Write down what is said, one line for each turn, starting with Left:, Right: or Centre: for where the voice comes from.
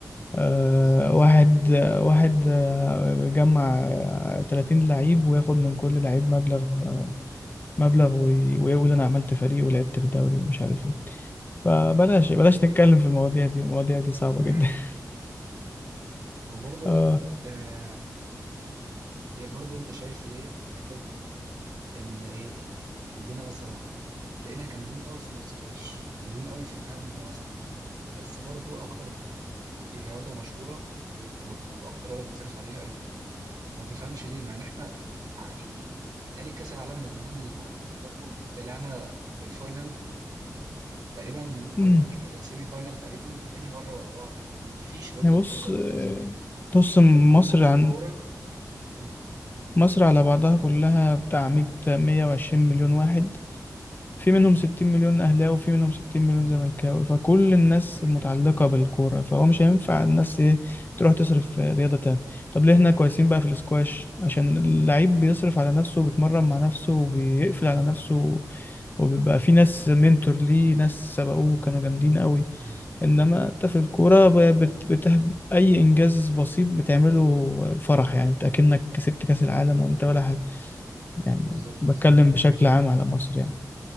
Left: آه،
Right: بالظبط
Left: واحد آه، واحد آه، جمع آه، 30 لعيب وياخد من كل لعيب مبلغ آه، مبلغ وي- ويقول انا عملت فريق ولعبت في دوري ومش عارف ايه فبلاش بلاش نتكلم في المواضيع دي المواضيع دي صعبة
Right: مم.
Left: جدا <laughs>
Right: وبرضو
Left: اه
Right: آه برضو انت شايف ليه حتة ان ايه عندنا مثلا تلاقينا جامدين قوي في الاسكواش وجامدين قوي في الهاند مثلا بس برضو اكتر رياضه مشهوره الكوره واكتر رياضه بتصرف عليها الكوره ما تفهمش ليه مع ان احنا ع- يعني بيتهيألي كاس العالم من الهاند المره اللي فاتت برضو طلعنا في الفاينل تقريبا
Left: امم
Right: او يعني السيمي فاينل تقريبا لتاني مره ورا بعض وما فيش برضو
Left: بص
Right: الضجه اللي
Left: آه،
Right: بتحصل
Left: بص
Right: احنا لو عملنا
Left: مصر
Right: كده
Left: عن
Right: في الكوره مم.
Left: مصر على بعضها كلها بتاع 100 120 مليون واحد في منهم 60 مليون اهلاوي وفي منهم 60 مليون زملكاوي فكل الناس
Right: مم.
Left: متعلقة بالكورة فهو مش هينفع الناس ايه تروح تصرف في رياضة تانية طب ليه احنا كويسين بقى في الاسكواش عشان اللعيب بيصرف على نفسه وبيتمرن مع نفسه وبيقفل على نفسه وبيبقى في ناس منتور ليه ناس سبقوه كانوا جامدين قوي
Right: مم.
Left: انما انت
Right: مم.
Left: في الكورة ب- بت... بت... اي انجاز بسيط بتعمله فرح يعني انت اكنك كسبت كاس العالم وانت ولا حاجة يعني
Right: بالظبط
Left: بتكلم بشكل عام على مصر يعني